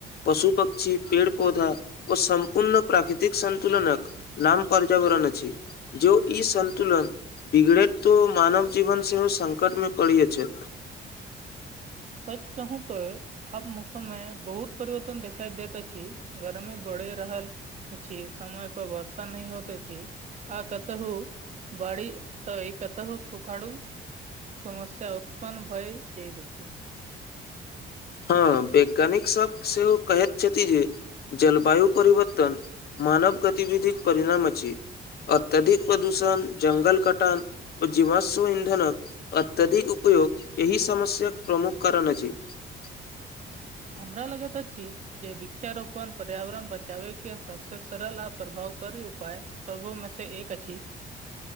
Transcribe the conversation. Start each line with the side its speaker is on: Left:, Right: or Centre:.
Left: पशु पक्षी पेड़ पौधा ओ सम्पूर्ण प्राकृतिक सन्तुलनक नाम पर्यावरण अछि जे ई सन्तुलन बिगड़े तऽ मानव जीवन सेहो संकटमे पड़ि जाय छै
Right: सच कहू तो अब मौसम मे बहुत परिवर्तन देखिाई देैत अछि गर्मी बढ़े रहल छी समय पर वर्षा न होतेथी आ कतेहुु बड़ी तऽ ई कतहु सुखाड़ु समस्या उत्पन्न भइ जाइत अछि
Left: हँ वैज्ञानिक सब सेहो कहैत छथि जे जलवायु परिवर्तन मानव गतिविधिक परिणाम अछि अत्यधिक प्रदूषण जङ्गल कटन ओ जीवाश्व इंन्धन अत्यधिक उयोग एहि समस्याक प्रमुख कारण अछि <inaudible>
Right: हमरा लगेतऽ अछि जे वृक्षारोपण पर्यावरण बचाबे के सबसे सरल आ प्रभावकारी उपाय सबो मे से एक अछि